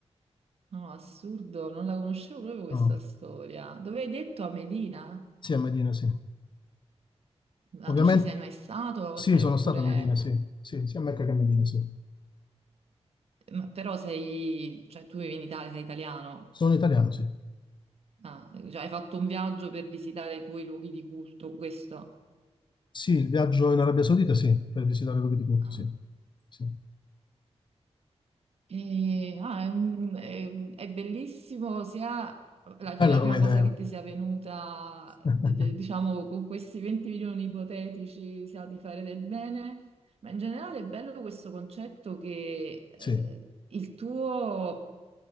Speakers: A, on the right (about 65°); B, on the left (about 45°).
A: No, assurdo, non la conoscevo proprio questa
B: Ah,
A: storia. Dove hai detto a Medina?
B: Sì, a Medina, sì.
A: Ma
B: Ovviamente
A: tu ci sei mai stato?
B: Sì,
A: Se-
B: sono
A: oppure...
B: stato a Medina, sì. Sì, sia a Mecca che a Medina, sì.
A: ma però sei... cioè tu vivi in Italia, sei italiano.
B: Sono italiano, sì.
A: Ah, cioè hai fatto un viaggio per visitare i tuoi luoghi di culto, questo?
B: Sì, il viaggio in Arabia Saudita, sì, per visitare l'Ubi di Curto,
A: Ah.
B: sì.
A: ok.
B: Sì.
A: E- ah, è, un- è- un- è bellissimo sia la-
B: È bella
A: che la
B: come
A: prima
B: idea.
A: cosa che ti sia venuta,
B: <laughs>
A: d- d- diciamo, con questi 20 milioni ipotetici sia di fare del bene, ma in generale è bello questo concetto che eh,
B: Sì,
A: il tuo